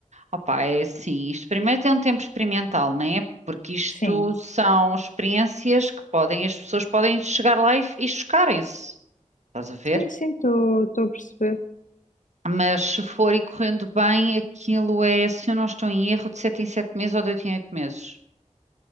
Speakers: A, on the right; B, on the left.
A: Opá, é assim, isto primeiro tem um tempo experimental, né? Porque isto
B: Sim,
A: são experiências que podem, as pessoas podem chegar lá e, e chocarem-se. Estás a ver?
B: sim, sim, estou a perceber.
A: Mas se for e correndo bem, aquilo é, se eu não estou em erro, de 7 em 7 meses ou de 8 em oito meses.